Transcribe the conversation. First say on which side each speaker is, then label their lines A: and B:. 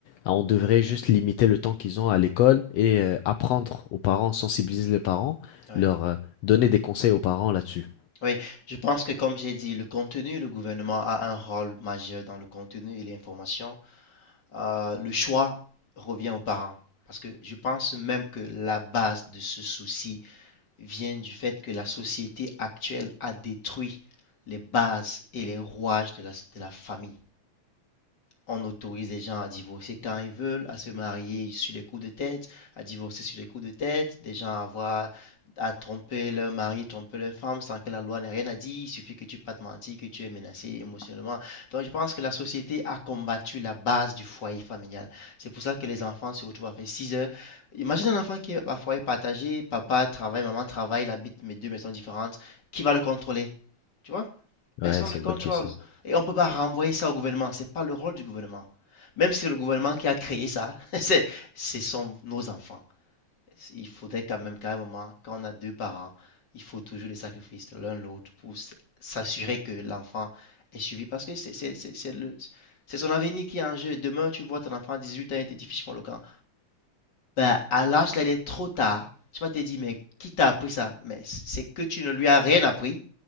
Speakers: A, on the left; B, on the left.
A: ah, on devrait juste limiter le temps qu'ils ont à l'école et euh, apprendre aux parents, sensibiliser les parents,
B: ouais.
A: leur euh, donner des conseils aux parents là-dessus.
B: Oui, je pense que comme j'ai dit, le contenu, le gouvernement a un rôle majeur dans le contenu et l'information. Euh, le choix revient aux parents. Parce que je pense même que la base de ce souci vient du fait que la société actuelle a détruit les bases et les rouages de la, de la famille. On autorise les gens à divorcer quand ils veulent, à se marier sur les coups de tête, à divorcer sur les coups de tête, des gens à avoir, à tromper leur mari, tromper leur femme sans que la loi n'ait rien à dire. Il suffit que tu pas te mentir, que tu es menacé émotionnellement. Donc, je pense que la société a combattu la base du foyer familial. C'est pour ça que les enfants se retrouvent à faire 6 heures. Imagine un enfant qui est à foyer partagé, papa travaille, maman travaille, il habite mes deux maisons différentes. Qui va le contrôler? Tu vois?
A: Ouais,
B: Personne
A: c'est
B: Ouais, ne le
A: une
B: contrôle.
A: bonne question.
B: Et on ne peut pas renvoyer ça au gouvernement. C'est pas le rôle du gouvernement. Même si le gouvernement qui a créé ça, <laughs> c'est, ce sont nos enfants. Il faudrait quand même, carrément, quand on a deux parents, il faut toujours des sacrifices l'un l'autre pour s'assurer que l'enfant est suivi. Parce que c'est c'est- c'est- le, c'est son avenir qui est en jeu. Demain, tu vois ton enfant à 18 ans et te dit, fiche-moi le camp. Ben, à l'âge là, il est trop tard. Tu vas te dire, mais qui t'a appris ça? Mais c'est que tu ne lui as rien appris